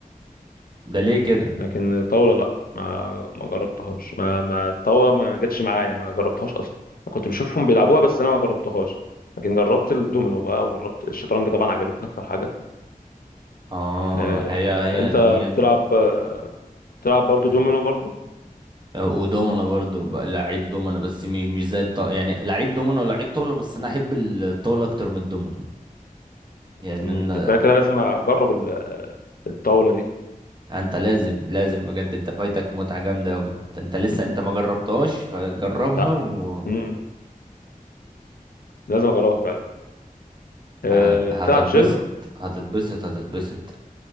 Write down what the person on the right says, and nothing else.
ده ليه كده
اه
هي
هي
هي
ودومنا برضو بقى لعيب دومنا بس مش مش زي الط... يعني لعيب دومنا ولعيب طاولة بس انا احب الطاولة اكتر من الدومنا يعني
ان
انت لازم لازم بجد انت فايتك متعة جامدة اوي انت أنت لسه
انت ما جربتهاش فجربها
و...
ه- هتتبسط
هتتبسط هتتبسط